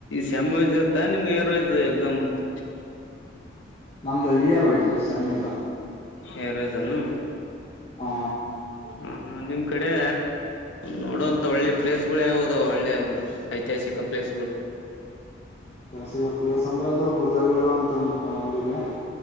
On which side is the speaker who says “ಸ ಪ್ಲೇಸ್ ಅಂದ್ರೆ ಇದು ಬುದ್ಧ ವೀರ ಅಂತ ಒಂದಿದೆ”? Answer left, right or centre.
Left